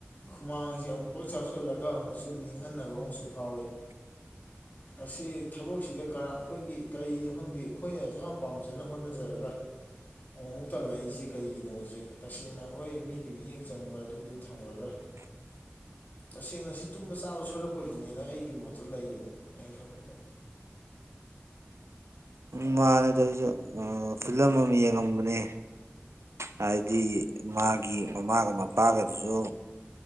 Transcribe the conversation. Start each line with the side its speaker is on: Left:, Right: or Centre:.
Left: ꯈꯨꯃꯥꯡꯁꯤ ꯑꯃꯨꯛꯐꯥꯎ ꯆꯥꯎꯁꯤꯜꯂꯒ ꯑꯃꯨꯛꯁꯨ ꯅꯤꯡꯍꯟꯅꯕ ꯑꯃꯨꯛꯁꯨ ꯐꯥꯎꯏꯤ
Right: <inaudible>
Left: ꯃꯁꯤ ꯊꯕꯛꯁꯤꯗ ꯑꯩꯈꯣꯏꯒꯤ ꯀꯔꯤꯅꯣ ꯈꯪꯗꯦ ꯑꯩꯈꯣꯏꯅꯁꯨ ꯌꯥꯝ ꯄꯥꯝꯖꯅ ꯍꯣꯠꯅꯖꯔꯒ ꯑꯃꯨꯛ ꯑꯃꯨꯛ ꯇꯜꯂꯛꯏꯁꯦ ꯀꯩꯒꯤꯅꯣꯁꯦ ꯇꯁꯦꯡꯅ ꯍꯣꯏ ꯃꯤꯒꯤ ꯃꯤꯠꯌꯦꯡ ꯆꯪꯕ ꯑꯗꯨꯗꯨ ꯊꯝꯈ꯭ꯔꯒ
Right: <inaudible>
Left: ꯇꯁꯦꯡꯅ ꯁꯤ ꯇꯨꯝꯕ ꯆꯥꯕ ꯁꯣꯏꯔꯛꯄꯒꯤꯅꯦꯅ ꯑꯩꯒꯤ ꯃꯣꯠꯇ ꯂꯩꯨ ꯑꯩꯅ ꯊꯟꯂꯗ
Right: ꯎꯝ ꯃꯥꯅꯦꯗ ꯑꯩꯁꯨ ꯐꯤꯂꯝ ꯑꯃ ꯌꯦꯡꯉꯝꯕꯅꯦ ꯍꯥꯏꯗꯤ ꯃꯥꯒꯤ ꯃꯃꯥꯒ ꯃꯄꯥꯒꯗꯨꯁꯨ